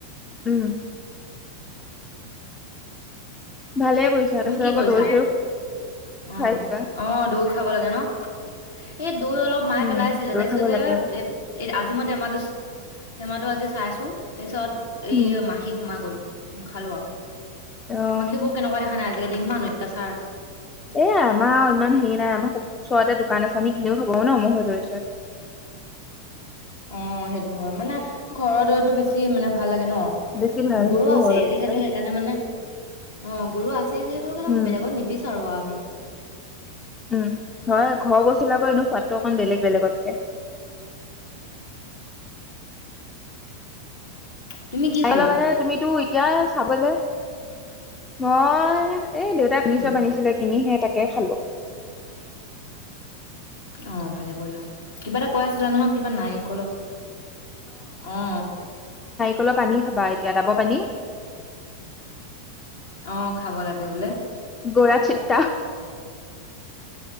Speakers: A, on the left (about 15°); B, on the left (about 60°).
A: উম। ভালে কৰিছা
B: তুমি
A: আৰু তাৰপিছত
B: কি
A: আকৌ
B: কৰিছা?
A: দৌৰ - চৌৰ
B: অ',
A: খাই চিবা।
B: অ', দৈ খাব লাগে ন। এ দৈ অলপ মায়ে
A: উম
B: পেলাই আছিলে
A: দৈ
B: তাৰপিছতে
A: খাব লাগে
B: এ এ আজি মই টেমাটো তেমাতো আজি চাইছো। তাৰপিছত এই
A: উম
B: মাখি সোমাই গ'ল। নেখালোৱা।
A: অ'
B: মাখি বো কেনেকুৱা দে আজিকালি ইমান অত্যাচাৰ।
A: এ আমাৰ ইমান হেৰি নাই আমাৰ ওচৰতে দোকান আছে আমি কিনিও খব আৰু ন মই ধৰিছ।
B: অ সেইটো হয় মানে ঘৰৰ দৈটো বেছি মানে ভা ভাল লাগে ন,
A: বেছি ভাল
B: গৰু
A: সেইটোও
B: আছে
A: হয় যেনিবা
B: যিহেতু সেইকাৰণে মানে অ গৰু আছে। যি যিহেতু কাৰণ
A: উম
B: বেলেগত নিবিচাৰো আৰু। নে
A: উম হয় ঘৰ বস্তুবিলাকৰ এনেও সোৱাদটো সিমান বেলেগ বেলেগতকে।
B: তুমি কি
A: <unintelligible>
B: খালা?
A: তুমিতো এতিয়া চাবলে মই এ দেউতাই কনি
B: উম
A: চব আনিছিলে কিনিহে তাকে খালোঁ।
B: অ ভালে কৰিলা। কিবা এটা কৈ আছিলা নহই কিবা নাৰিকলৰ
A: অলপ পানী খাবা এতিয়া ডাব পানী
B: অ খাব লাগে বোলে।
A: গোৰা চিট্টা।